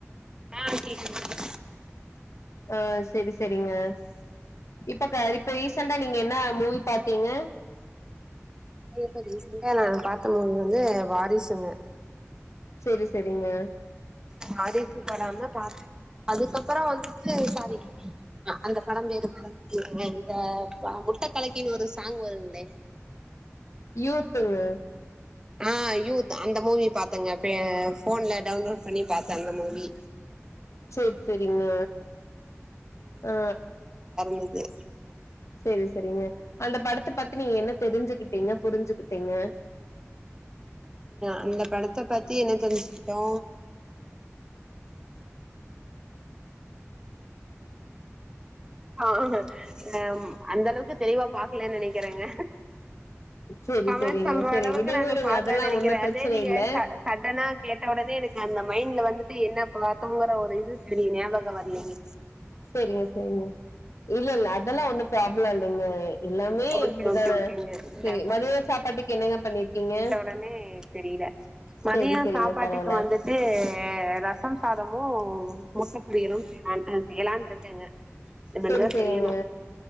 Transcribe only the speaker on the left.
ஆ செரி செரிங்க இப்பக்க இப்ப ரீசண்டா நீங்க என்ன மூவி பாத்தீங்க
சேரி செரிங்க
யூத்துங்க
சேர் செரிங்க ஆ
சேரி செரிங்க அந்த படத்த பத்தி நீங்க என்ன தெரிஞ்சுக்கிட்டீங்க புரிஞ்சுக்கிட்டீங்க
செரி
செரிங்க
செரி
விடுங்க
விடுங்க
அதெல்லா
ஒன்னு பிரச்சன
இல்ல
சேரிங்க சேரிங்க இல்ல இல்ல அதெல்லா ஒண்ணு ப்ராப்ளோ இல்லைங்க எல்லாமே
இப்டி
தான
சேரி மதிய சாப்பாட்டுக்கு என்னங்க பண்ணிருக்கீங்க
செரி செரிங்க
பரவால்ல
சேரி செரிங்க